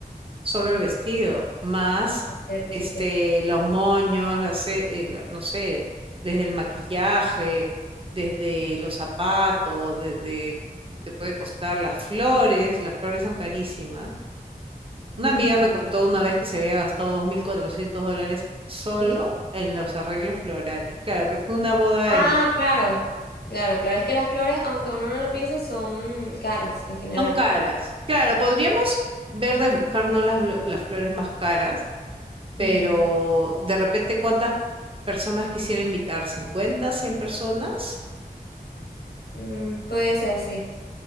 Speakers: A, on the right; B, on the left.
A: solo el vestido, más,
B: Eso es cierto,
A: este,
B: eso es cierto.
A: los moños, la ce eh, la no sé, desde el maquillaje, desde los zapatos, desde te puede costar las flores, las flores son carísimas. Una
B: Mm,
A: amiga me contó una vez que se había gastado dos mil cuatrocientos dólares solo
B: ¿Qué?
A: en los arreglos florales. Claro, que fue una boda
B: Ah,
A: en
B: claro, claro, claro. Es que las flores, aunque uno no lo piense, son caras en general.
A: Son caras. Claro, podríamos ver de buscarnos las, blo- las flores más caras, pero
B: Ujú.
A: de repente, ¿cuántas personas quisiera invitar? cincuenta 100 personas?
B: Mm, puede ser, sí.